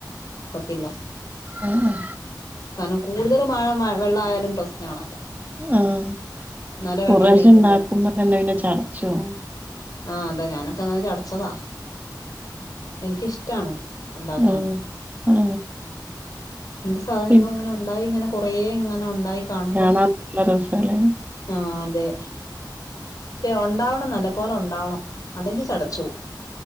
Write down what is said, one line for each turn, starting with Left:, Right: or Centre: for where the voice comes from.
Left: ഒക്കത്തില്ല
Right: ഉം ഉം
Left: കാരണം കൂടുതല് മഴ മ വെള്ളായാലും പ്രശ്നാണല്ലോ
Right: ആഹ്
Left: എന്നാലെ വെള്ളം
Right: ഒരു പ്രാവശ്യം
Left: ഇല്ലെങ്കിലും
Right: ഇണ്ടാക്കുമ്പോ
Left: കൊഴപ്പ
Right: തന്നെ പിന്നെ ചടച്ചുപോവും
Left: ആഹ് അതാ ഞാനൊക്കങ്ങനെ ചടച്ചതാ എനിക്കിഷ്ടാണ് ഉണ്ടാക്കാൻ
Right: ആ ആ
Left: എന്ത് സാധനങ്ങളും
Right: ഉം.
Left: ഇങ്ങനെ ഉണ്ടായി ഇങ്ങനെ കൊറേ ഇങ്ങനെ ഉണ്ടായി കാണുമ്പം
Right: കാണാൻ നല്ല രസാല്ലേ
Left: ആഹ് അതെ പക്ഷെ ഒണ്ടാവണം നല്ലപോലെ ഒണ്ടാവണം അല്ലെങ്കി ചടച്ചോവും